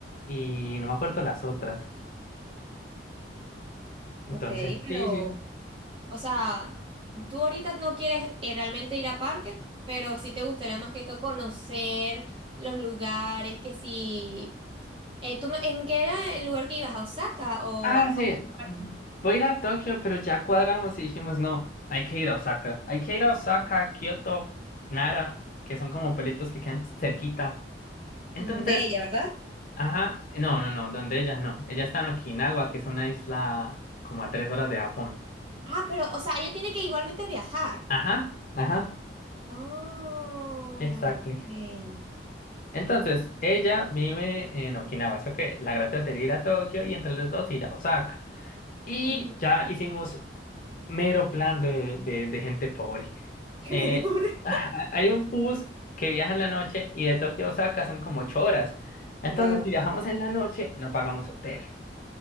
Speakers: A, on the left; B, on the right.
A: y no me acuerdo las otras. Entonces,
B: Ok, pero
A: sí, sí.
B: O sea, tú ahorita no quieres eh, realmente ir a parques, pero sí te gustaría más que todo conocer los lugares, que si... Eh, ¿tú me- en qué era el lugar que ibas? ¿A Osaka o
A: Ah,
B: a
A: sí,
B: cuál parte?
A: no, voy a ir a Tokio, pero ya cuadramos y dijimos, no, hay que ir a Osaka. Hay que ir a Osaka, Kioto, Nara, que son como pueblitos que quedan cerquita. Entonces,
B: Mm, De ella, ¿verdad?
A: ajá, no, no, no, donde ella no. Ella está en Okinawa, que es una isla como a tres horas de Japón.
B: Ah, pero, o sea, ella tiene que igualmente viajar.
A: Ajá, ajá,
B: Oh,
A: exactly.
B: ok.
A: Entonces, ella vive en Okinawa, así que la gracia sería ir a Tokio y entre los dos ir a Osaka. Y
B: Ujú.
A: ya hicimos mero plan de, de de gente pobre.
B: <laughs>
A: Eh,
B: Pero pobre.
A: <sighs> ah, hay un bus que viaja en la noche y de Tokio a Osaka son como ocho horas. Entonces,
B: Wow.
A: si viajamos en la noche, no pagamos hotel.